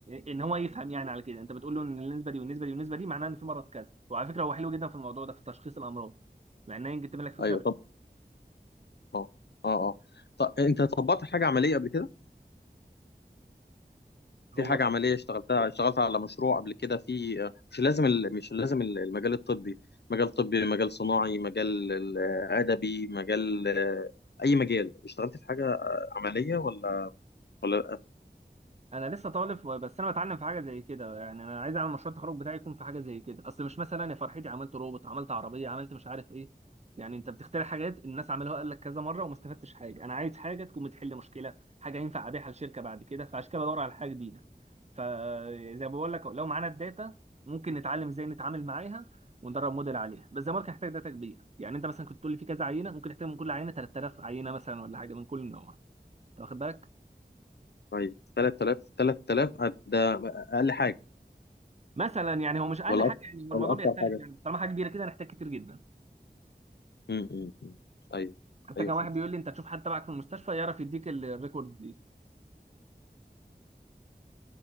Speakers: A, on the right (about 40°); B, on the left (about 75°).
A: ان هو يفهم يعني على كده انت بتقول له ان النسبه دي والنسبه دي والنسبه دي معناها ان في مرض كذا وعلى فكره هو حلو جدا في الموضوع ده في تشخيص الامراض مع انه يمكن تبان لك فكره
B: ايوه طب اه اه اه طب انت طبقت حاجة عملية قبل كده
A: هو
B: في حاجة عملية اشتغلتها اشتغلت على مشروع قبل كده في مش لازم ال- مش لازم ال- المجال الطبي مجال طبي مجال صناعي مجال ال- أدبي مجال آه، أي مجال اشتغلت في حاجة آه، عملية ولا ولا لأ؟
A: انا لسه طالب بس انا بتعلم في حاجه زي كده يعني انا عايز اعمل مشروع التخرج بتاعي يكون في حاجه زي كده اصل مش مثلا يا فرحتي عملت روبوت عملت عربيه عملت مش عارف ايه يعني انت بتخترع حاجات الناس عملوها قال لك كذا مره وما استفدتش حاجه انا عايز حاجه تكون بتحل مشكله حاجه ينفع ابيعها لشركه بعد كده فعشان كده بدور على حاجه جديده فزي ما بقول لك لو معانا الداتا ممكن نتعلم ازاي نتعامل معاها وندرب موديل عليها بس زي ما قلت هنحتاج داتا كبيره يعني انت مثلا كنت تقول لي في كذا عينه ممكن نحتاج من كل عينه 3000 عينه مثلا ولا حاجه من كل نوع أنت واخد بالك
B: طيب 3000 3000 ده أقل حاجة
A: مثلا يعني هو مش اقل
B: ولا
A: حاجه
B: أكتر
A: يعني هو
B: ولا
A: الموضوع
B: أكتر
A: بيختلف
B: حاجة
A: يعني بس طالما حاجه كبيره كده هنحتاج كتير جدا
B: م- م- م. أيوه
A: حتى
B: أيوه
A: كان
B: فهمت
A: واحد بيقول لي انت تشوف حد تبعك في المستشفى يعرف يديك ال- الريكورد دي